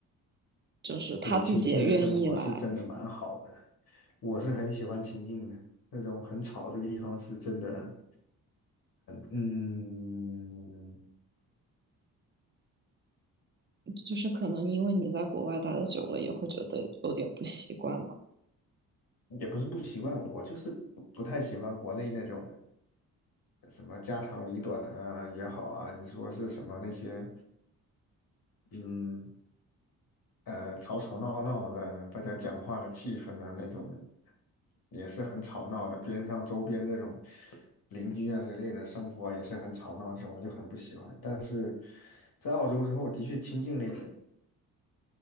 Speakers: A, on the right (about 25°); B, on the left (about 60°).
A: 就是他自己也愿意来。
B: 对，清静的生活是真的蛮好的，我是很喜欢清静的，那种很吵的地方是真的，嗯，
A: 就是可能因为你在国外待的久了，也会觉得有点不习惯吧。
B: 也不是不习惯，我就是不不太喜欢国内那种什么家长里短啊也好啊，你说是什么那些，嗯，呃吵吵闹闹的，大家讲话的气氛呢、那种也是很吵闹的。边上周边这种邻居啊之类的生活也是很吵闹，这种我就很不喜欢。但是在澳洲之后，我的确清静了一点。